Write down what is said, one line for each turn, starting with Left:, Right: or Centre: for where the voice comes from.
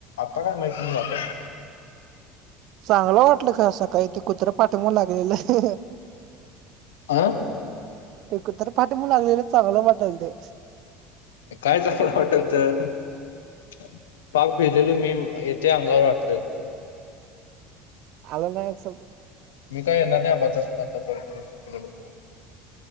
Left: आता काय मैत नही जातय.
Right: चांगलं वाटलं का सकाळी ते कुत्रं पाठीमाग लागलेलं.
Left: आं
Right: ते कुत्रं पाठमाग लागलेलं चांगलं वाटेल थ.
Left: काय चांगलं वाटेल थ पाक भिलेलो मी येते अंगावर.
Right: आला नाहीच.
Left: मी काय येणार नाही आात आता परत <inaudible> परिस्थितीकडे.